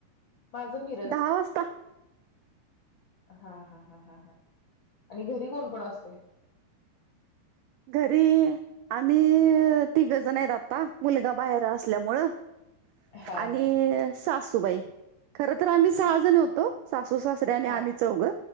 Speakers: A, on the left (about 60°); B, on the right (about 85°).
A: माझं मिरज
B: दहा वाजता.
A: हा हा हा हा हा आणि घरी कोण कोण असतं.
B: घरी आम्ही तिघ जण आहेत. आत्ता मुलगा बाहेर असल्यामुळं
A: हा
B: आणि
A: हा
B: सास तू बाई खरं तरं, आम्ही सहा जण होतो. सासू सासरे आणि
A: हा
B: आम्ही चौघं.